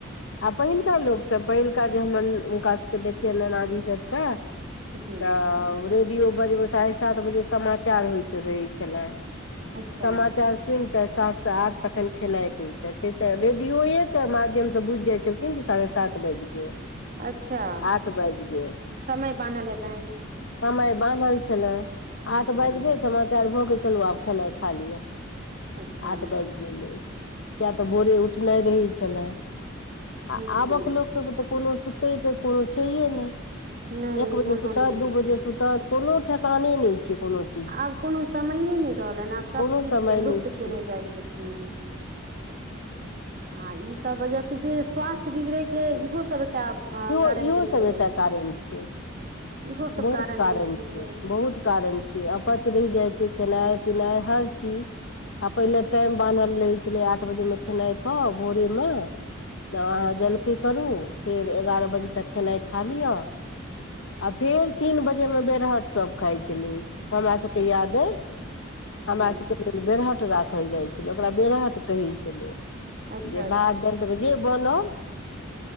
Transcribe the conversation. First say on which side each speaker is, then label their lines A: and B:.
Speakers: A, on the left; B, on the right.
A: आ पहिलुका लोक सभ पहिलुका जे हमर हुनका सभ के देखियै नानाजी सभ के
B: जी
A: तऽ
B: जी
A: रेडियो बजबै साढ़े सात बजे समाचार होइत रहै छलय
B: अच्छा
A: समाचार सुनते सात से आठ तखन खेनाइ कते के रेडियोए त माध्यम बुझि जाइ छलखिन साढ़े सात बाजि गेल
B: अच्छा
A: आठ बाजि गेल
B: समय बान्हल हेतऽइन
A: समय बान्ह छले आठ
B: जी
A: बाज गेल समाचार भऽ गेल चलू आब खेनाइ खा लिय
B: अच्छा
A: आठ बाज गेले किया तऽ भोरे उठनाइ रहै छले आ
B: जी
A: आबक लोक सभ के तऽ कोनो सुतै के कोनो छैे है नहि
B: नहि
A: एक बजे
B: कोनो
A: सुतत
B: नहि छै
A: दू बजे सुतत कोनो ठेकाने नहि छै कोनो चीज
B: आब कोनो समयए नहि रहलैन आब सभ
A: कोनो
B: किछु
A: समय
B: के लुप्त
A: नहि छै
B: केने जाइ छथिन आ ईसभ वजह से जे स्वास्थ्य बिगड़य के इहो सब एकटा
A: इहो
B: कारण
A: इहो
B: बनि गेल
A: सब एकटा
B: अछि
A: कारण छै
B: इहो सब
A: बहुत कारण
B: अछि जे
A: छै बहुत कारण छै अपच रहि जाइ छै खेनाइ पिनाइ हर चीज आ पहिले टाइम बान्हल रहै छलै आठ बजे मे खेनाइ के भोरे मे तब अहाँ
B: जी
A: जलकेी करू फेर एगारह बजे तक खेनाइ खा लिअ आ फेर
B: जी
A: तीन बजे मे बेरहट सब खाइ छलै हमरा सबके
B: अच्छा
A: याद अछि
B: जी
A: हमरा सबके बेरहट राखल जाइ छलै ओकरा बेरहट कहै छलै
B: अच्छा
A: जे
B: अच्छा
A: बाद दैल जे बनल